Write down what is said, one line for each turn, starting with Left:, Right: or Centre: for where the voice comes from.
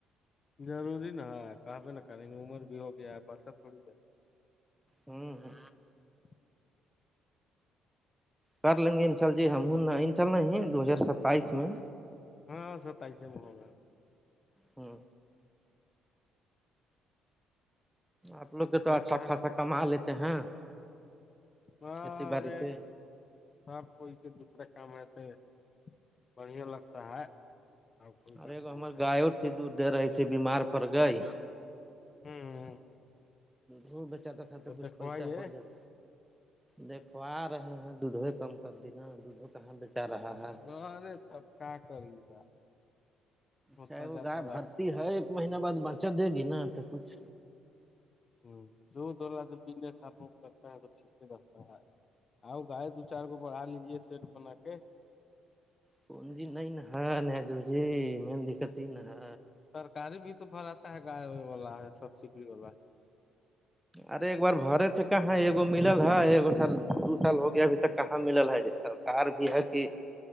Left: ضروری نا ہے کہب ن کہیں عمر بھی ہوگیا ہے بات تھوڑی ہے
Centre: ہوں ہ
Left: <inaudible>
Centre: کر لیں گے انشاء ال جی ہم ہ انشاءلہ دو ہزار ستائیس میں
Left: ہاں ستائیس م ہوگ گ ہے
Centre: ہ آپ لوگ کے تو
Left: دیکھتا
Centre: اچھا خاصا کما لیتے ہیں
Left: ہار
Centre: کھیتی باڑی سے
Left: سب کوئی کے دوسرے کام میں سے بڑھیا لگتا ہے اور کوئی
Centre: اوررےگو
Left: بات نہیں
Centre: ہمار
Left: ہے
Centre: گاائےوں سے دور دے رہی تھ بیمار پر گئے
Left: ہوں
Centre: ر بچاتا خطر
Left: تو
Centre: کچھ
Left: دکھوائیے
Centre: پیسہ ہو جات دیکوا رہے ہیں دودھو کم کر دینا دودھو کہاں بیٹا رہا ہے
Left: ہاں ارے تب کا کری گا ہوتا
Centre: چے وہ
Left: جاتا
Centre: گائے بھرتی
Left: رہتا ہ
Centre: ہے ایک مہینہ بعد بچت دے گی نا تو کچھ
Left: ہوں جو ڈلا جوزس آپ کرتا ہے تو ٹھیک سے رتا ہے آؤ گائے دو چار کو بڑھا لیجے سیٹ بنا کے
Centre: کون جی نہیں ن ن جل جی مل دقت ہی نہا
Left: سرکاری بھی تو بھر آتا ہے گائے و والا سبسڈی والا
Centre: ارے ایک بار بھرے تھے کہاں ایکگو مل ہے ایکگ سال دو سال ہو گیا ابھی تک کہاں مل ہے ج سال سر کار بھی ہے کہ